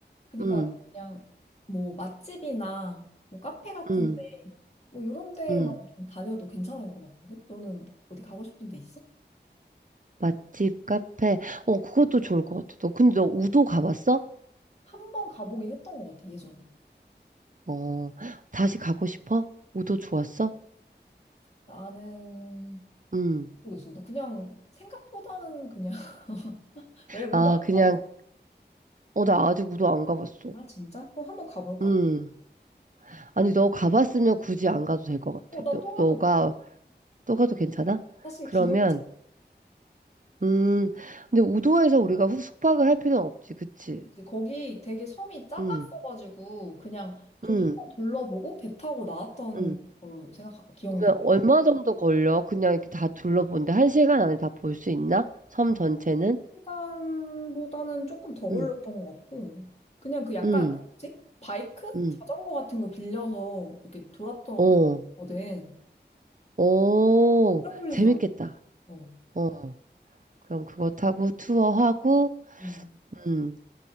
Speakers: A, on the left; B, on the right.
A: 그러니까
B: 음,
A: 그냥 뭐 맛집이나 뭐 카페 같은데
B: 음,
A: 뭐 이런 데만
B: 음.
A: 좀 다녀도 괜찮을 것 같거든? 너는 어디 가고 싶은 데 있어?
B: 맛집, 카페. 어, 그것도 좋을 것 같아. 너, 근데 너 우도 가봤어?
A: 한번 가보긴 했던 것 같아 예전에.
B: 어, 다시 가고 싶어? 우도 좋았어?
A: 나는
B: 음.
A: 모르겠어. 나 그냥 생각보다는 그냥 <laughs> 왜 우도
B: 아,
A: 안
B: 그냥,
A: 가봤어?
B: 어, 나 아직 우도 안 가봤어.
A: 아, 진짜? 그럼 한번 가볼까?
B: 음. 아니, 너 가봤으면 굳이 안 가도 될 것 같아.
A: 어, 나
B: 너,
A: 또 가도
B: 너가,
A: 돼.
B: 또 가도 괜찮아?
A: 사실
B: 그러면,
A: 기억이 잘
B: 음. 근데 우도에서 우리가 후- 숙박을 할 필요는 없지, 그치?
A: 안 나지. 거기 되게 섬이 작았어가지고
B: 음,
A: 그냥 좀
B: 음,
A: 한번 둘러보고 배 타고 나왔던
B: 음.
A: 걸로 생각 기억나.
B: 그러면 얼마 정도 걸려? 그냥 이렇게 다 둘러본데 한 시간 안에 다 볼 수 있나? 섬 전체는?
A: 시간보다는 조금 더 걸렸던
B: 응,
A: 것 같고. 그냥 그 약간
B: 응,
A: 뭐지? 바이크?
B: 응.
A: 자전거 같은 거 빌려서 이렇게 돌았던
B: 어,
A: 돌았거든.
B: 어,
A: 오래 걸리진
B: 재밌겠다.
A: 않았어. 음.
B: 어, 그럼 그거 타고 투어하고,
A: 음.
B: 음,